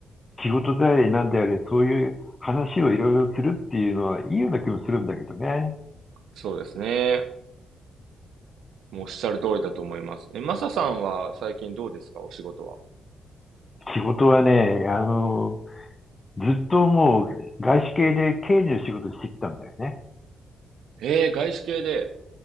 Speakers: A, on the left (about 20°); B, on the right (about 80°).
A: 仕事であれなんであれ、そういう話をいろいろするっていうのはいいような気もするんだけどね。
B: そうですね。もうおっしゃる通りだと思います。え、マサさんは最近どうですか、お仕事は。
A: 仕事はね、あの、ずっともう外資系で経理の仕事してきたんだよね。
B: えー、外資系で。